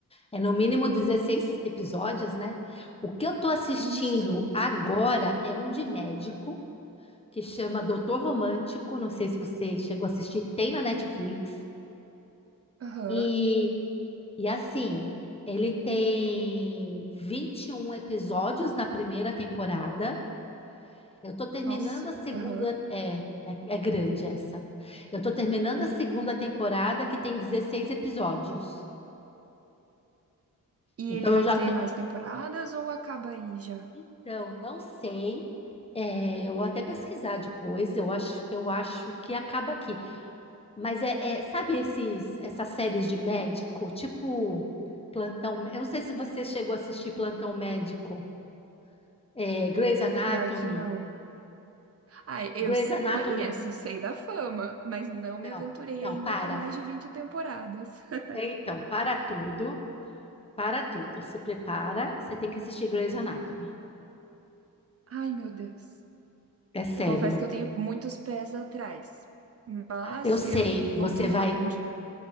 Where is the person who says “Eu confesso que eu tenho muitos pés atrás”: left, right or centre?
Right